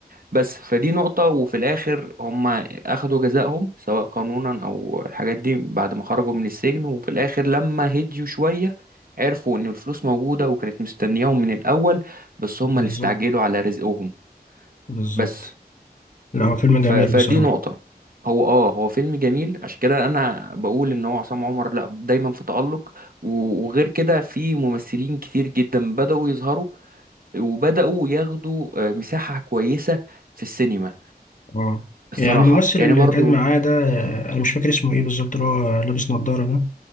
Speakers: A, on the right (about 60°); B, on the left (about 50°).
A: بس فدي نقطة وفي الآخر هم أخدوا جزائهم سواء قانونا أو الحاجات دي بعد ما خرجوا من السجن وفي الآخر لما هديوا شوية عرفوا إن الفلوس موجودة وكانت مستنياهم من الأول بس هم
B: بالظبط
A: اللي استعجلوا على رزقهم
B: بالظبط
A: بس
B: لا هو فيلم
A: ف...
B: جميل
A: فدي
B: بصراحة
A: نقطة هو آه هو فيلم جميل عشان كده أنا بقول إن هو عصام عمر لأ دايما في تألق و... وغير كده في ممثلين كتير جدا بدأوا يظهروا وبدأوا ياخدوا آه، مساحة كويسة في السينما
B: اه
A: الصراحة
B: يعني الممثل
A: يعني
B: اللي
A: برضو
B: كان معاه ده آه، انا مش فاكر اسمه ايه بالظبط اللي هو لابس نظارة ده